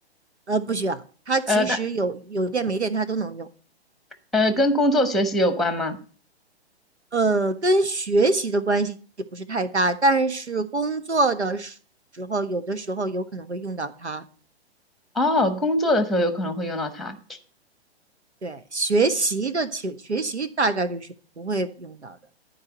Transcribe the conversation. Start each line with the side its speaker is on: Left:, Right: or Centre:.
Right: 呃，不需要，它其实有有电没电它都能用。
Centre: 呃，那呃，跟工作学习有关吗？
Right: 呃，跟学习的关系也不是太大，但是工作的时候，有的时候有可能会用到它。
Centre: 哦，工作的时候有可能会用到它。
Right: 对，学习的情，学习大概率是不会用到的。